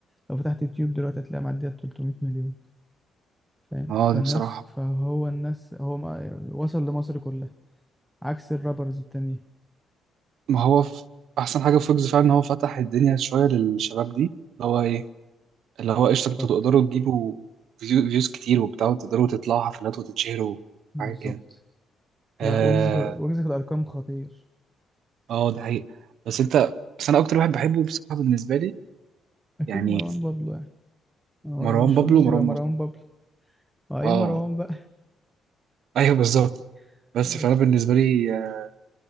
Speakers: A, in the centre; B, on the right.
A: لو فتحت يوتيوب دلوقتي هتلاقي معديه 300 مليون فاهم
B: آه
A: فالناس
B: دي بصراحة
A: فهو الناس هو ما وصل لمصر كلها عكس الرابرز التانيين
B: ما هو ف- أحسن حاجة في ويجز فعلا إن هو فتح الدنيا شوية للشباب دي اللي هو إيه اللي هو قشطة
A: بالظبط
B: انتوا تقدروا تجيبوا فيو- فيوز كتير وبتاع وتقدروا تطلعوا حفلات وتتشهروا
A: بالظبط
B: حاجة كده
A: لا
B: اه
A: ويجز في ويجز في الارقام خطير
B: اه ده حقيقي بس انت بس انا اكتر واحد بحبه بصراحة بالنسبة لي
A: اكيد
B: يعني
A: مروان بابلو يعني هو
B: مروان
A: لو مش
B: بابلو
A: ويجز
B: ومروان
A: يبقى مروان
B: موسى
A: بابلو اه
B: اه
A: ايه مروان بقى
B: ايوه بالظبط
A: <laughs>
B: بس
A: ماشي
B: فانا بالنسبة لي آه،